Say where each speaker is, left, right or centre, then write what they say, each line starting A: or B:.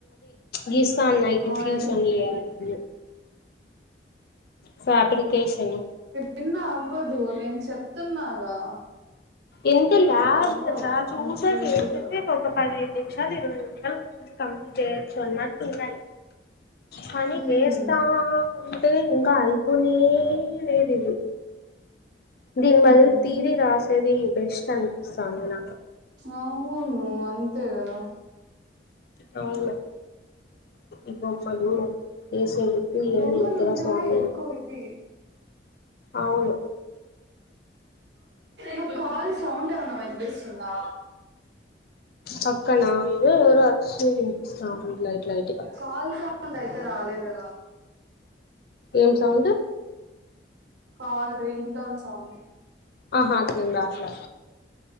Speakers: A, on the left; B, on the right.
A: గీస్తాన్న <unintelligible>
B: ఆయిల్
A: ఫాబ్రికేషన్
B: నిన్న అవ్వదు నేను చెప్తున్నాగా
A: ఎంత లాభంతా
B: అవి అవ్వవు అంత
A: చూసేసే
B: ఈజీగా
A: ఒక పదిడి నిమిషాలు ఇరవై నిమిషాలు కమ్ చేయొచ్చు అన్నన్నాయి కానీ
B: ఉమ్
A: వేస్తతా అంటే ఇంకా అయిపోనే లేదు ఇవి దీన్ బదిలు
B: ఉమ్
A: తీర రాసద బెస్ట్ అంస్తాందిన
B: అవును అంతే కదా
A: అవును ఇవ మడు కేసేరిటు
B: బొమ్మలు
A: ఎం ఉక్కర
B: ఉంటేనే
A: స్వామి
B: ఎక్కువ ఇది
A: అవును
B: నా కాల్ సౌండ్ ఏమన్నా వినిపిస్తుందా
A: పక్కనా ఇ ఎరు అడస్ంది లైట్ లైట్గా
B: కాల్ అయితే రాలేదుగా
A: ఏం sound
B: call ring tone sound
A: ఆహా అట్ల ఉంద అట్లా